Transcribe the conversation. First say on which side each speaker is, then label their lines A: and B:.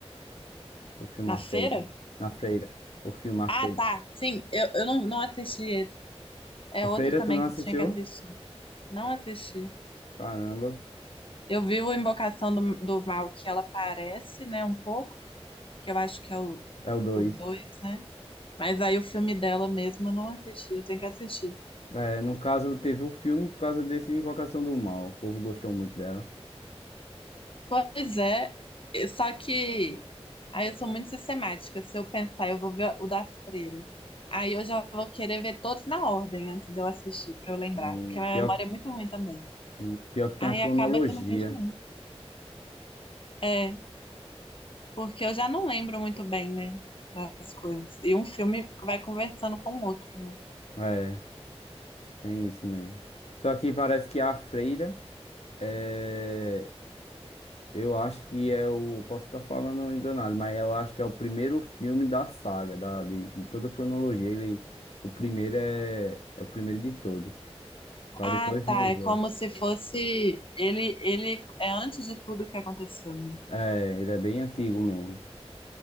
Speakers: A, on the left; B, on the left.
A: O filme
B: Na
A: A
B: feira?
A: Freira. Na freira. O filme A
B: Ah,
A: Freira.
B: tá. Sim, eu, eu não, não assisti esse. É
A: A
B: outro
A: Freira,
B: também
A: tu não
B: que
A: assistiu?
B: eu tinha que assistir. Não assisti.
A: Caramba.
B: Eu vi o Invocação do, do Mal, que ela aparece, né, um pouco, que eu acho que é o,
A: É o dois
B: o dois, né? Mas aí o filme dela mesmo eu não assisti, eu tenho que assistir.
A: É, no caso, teve o filme por causa desse Invocação do Mal. O povo gostou muito dela.
B: Pois é, eu- só que aí eu sou muito sistemática. Se eu pensar, eu vou ver o da Freira. Aí eu já vou querer ver todos na ordem antes de eu assistir, pra eu lembrar.
A: Hum,
B: Porque a minha
A: Pior
B: memória
A: que,
B: é muito ruim também.
A: hum, pior que tem
B: Aí
A: a cronologia.
B: acaba que eu não vejo muito. É, porque eu já não lembro muito bem, né? Das coisas. E um filme vai conversando com o outro, né?
A: É, tem isso mesmo. Só que parece que a Freira. é, Eu acho que é o. Posso estar falando enganado, mas eu acho que é o primeiro filme da saga, da, de, de toda a cronologia. Ele, o primeiro é, é o primeiro de todos. Pra
B: Ah,
A: depois vir
B: tá.
A: os
B: É
A: outros.
B: como se fosse. Ele, ele é antes de tudo que aconteceu, né?
A: É, ele é bem antigo mesmo.